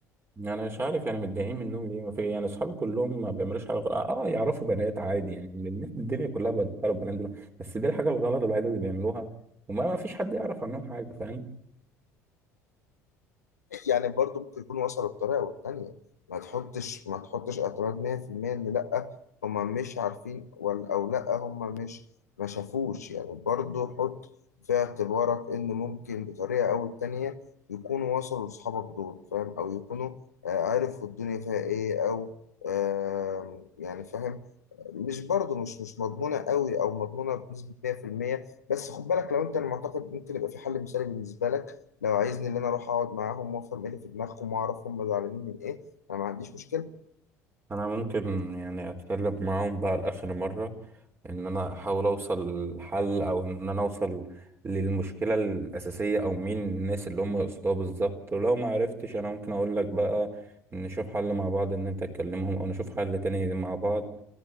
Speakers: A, on the right; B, on the left.
A: يعني مش عارف يعني متضايقين منهم ليه ما في يعني اصحابي كلهم ما بيعملوش حاجة غلط اه يعرفوا بنات عادي يعني الناس- الدنيا كلها بتعرف بنات دول بس دي الحاجة الغلط الوحيدة اللي بيعملوها وما ما فيش حد يعرف عنهم حاجة فاهم
B: يعني برضو ممكن يكون وصلوا بطريقة والتانية ما تحطش ما تحطش اعتراض 100% ان لا هما مش عارفين ولا او لا هما مش ما شافوش يعني برضو حط في اعتبارك ان ممكن بطريقة او التانية يكونوا وصلوا لاصحابك دول فاهم او يكونوا آه، عرفوا الدنيا فيها ايه او آه، يعني فاهم مش برضو مش مش مضمونة قوي او مضمونة بنسبة 100% بس خد بالك لو انت المعتقد ممكن يبقى في حل مثالي بالنسبة لك لو عايزني ان انا اروح اقعد معاهم وافهم ايه اللي في دماغهم واعرف هم زعلانين من ايه انا ما عنديش مشكله
A: انا ممكن يعني اتكلم معاهم بقى لاخر مره ان انا احاول اوصل لحل او ان انا اوصل للمشكله الاساسيه او مين الناس اللي هم يقصدوها بالظبط ولو ما عرفتش انا ممكن اقول لك بقى نشوف حل مع بعض ان انت تكلمهم او نشوف حل تاني مع بعض